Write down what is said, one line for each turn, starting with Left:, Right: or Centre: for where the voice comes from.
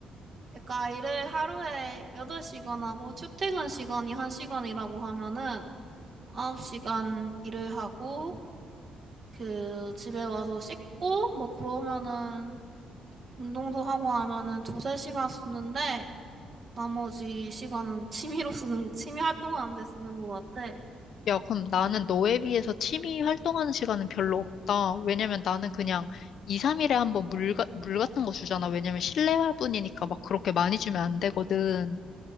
Right: 그러니까 일을 하루에 8시간 하고 출퇴근 시간이 1시간이라고 하면은 9시간 일을 하고 그 집에 와서 씻고 뭐 그러면은 운동도 하고 하면은 두세 시간 쓰는데 나머지 시간은 취미로 쓰는 취미 활동하는 데 쓰는 것 같아.
Left: 야, 그럼 나는 너에 비해서 취미 활동하는 시간은 별로 없다. 왜냐면 나는 그냥 2, 3일에 한번 물, 가- 물 같은 거 주잖아. 왜냐면 실내 화분이니까 막 그렇게 많이 주면 안 되거든.